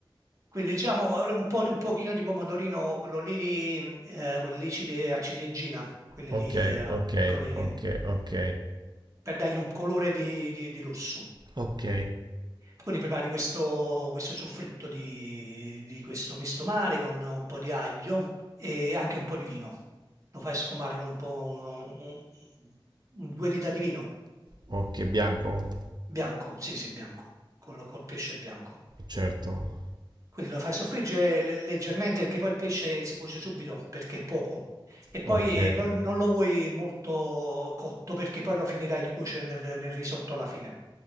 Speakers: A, on the right; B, on the right.
A: quindi diciamo un po' di un pochino di pomodorino, quello lì, di, eh, quelli lì cili- a ciliegina, quelli
B: Ok,
A: lì eh,
B: ok,
A: piccolini,
B: ok, ok.
A: per dargli un colore di, di- di rosso.
B: Ok,
A: Quindi prepari questo, questo soffritto di, di questo misto mare con un po' di aglio e anche un po' di vino. Lo fai sfumare con un po' uno- un- un- due dita di vino
B: ok, bianco?
A: bianco, sì sì bianco, col, col pesce bianco.
B: Certo.
A: Quindi lo fai soffriggere le- leggermente perché poi il pesce si cuoce subito perché è poco. E poi
B: Ok,
A: eh, non, non lo vuoi molto cotto perché poi lo finirai di cuocere nel, nel risotto alla fine.